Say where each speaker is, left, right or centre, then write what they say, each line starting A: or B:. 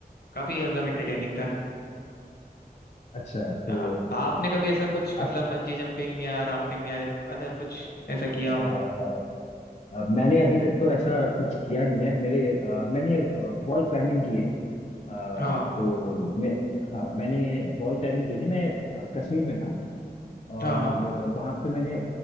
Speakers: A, on the left; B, on the left.
A: काफी मतलब एंटरटेनिंग था
B: अच्छा तो
A: हाँ आपने कभी ऐसा कुछ मतलब
B: आप
A: बंजी जंपिंग या राफ्टिंग या अदर कुछ ऐसा किया
B: अ,
A: हो
B: अ, मैंने अभी तक तो ऐसा कुछ किया नहीं है मेरे अ, मैंने वॉल क्लाइंबिंग की है अ,
A: हाँ
B: तो मैं हाँ मैंने वॉल क्लाइंबिंग की थी मैं अ, कश्मीर में था और
A: हाँ हाँ
B: वहाँ पे मैंने